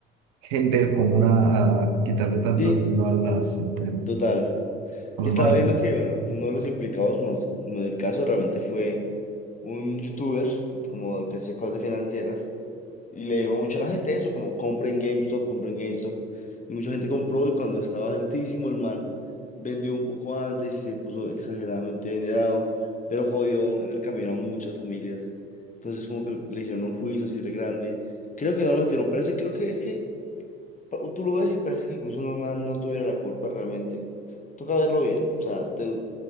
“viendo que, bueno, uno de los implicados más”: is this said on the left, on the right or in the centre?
Left